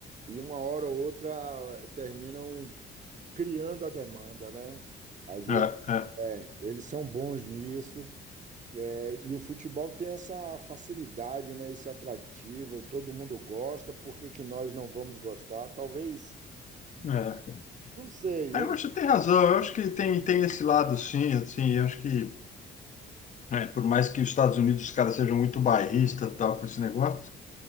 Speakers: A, on the right (about 40°); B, on the left (about 40°).
A: E uma hora ou outra terminam criando a demanda, né? Às
B: é,
A: vezes,
B: é,
A: é, eles são bons nisso. É, e o futebol tem essa facilidade, né? Esse atrativo, todo mundo gosta, por que que nós não vamos gostar? Talvez,
B: é.
A: não sei,
B: Ah,
A: ele
B: Eu acho que tem razão, eu acho que tem, tem esse lado, sim, assim, eu acho que, é, por mais que os Estados Unidos, os caras sejam muito bairristas e tal, com esse negócio,